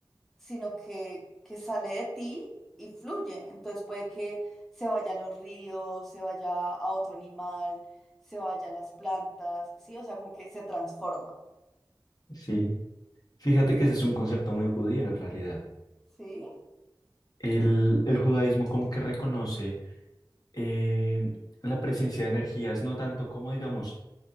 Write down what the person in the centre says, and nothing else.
sino que, que sale de ti y fluye. Entonces puede que se vaya a los ríos, se vaya a otro animal, se vaya a las plantas, ¿sí? O sea, como que se transforma,
¿sí?